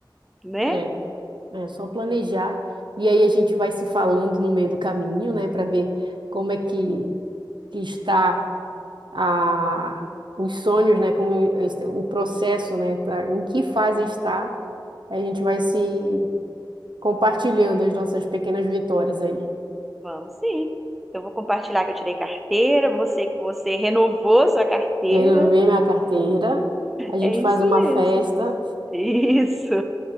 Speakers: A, in the centre; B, on the right.
A: né?
B: É, é só planejar e aí a gente vai se falando no meio do caminho, né, para ver como é que, que está a os sonhos, né, como este- o processo, né, tá, em que fase está. A gente vai se compartilhando as nossas pequenas vitórias aí.
A: Vamos sim. Eu vou compartilhar que eu tirei carteira, você que você renovou sua carteira.
B: Vendo, vê minha carteira, a gente
A: É isso
B: faz uma
A: mesmo.
B: festa,
A: <laughs> Isso.